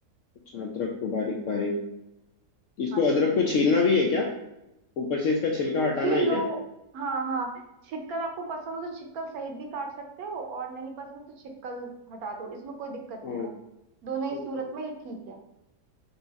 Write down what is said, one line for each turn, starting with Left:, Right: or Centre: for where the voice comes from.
Left: अच्छा अदरक को बारीक बारीक इसको
Right: हाँ
Left: अदरक
Right: जी हाँ
Left: को
Right: जी
Left: छीलना भी है क्या ऊपर से इसका छिलका हटाना
Right: छीलो
Left: है क्या
Right: हाँ हाँ छिकल आपको पसंद हो तो छिकल सहित भी काट सकते हो और नहीं पसंद हो तो छिकल हटा दो इसमें कोई दिक्कत
Left: हाँ
Right: नहीं है दोनों
Left: छोटे-
Right: ही सूरत में ये ठीक है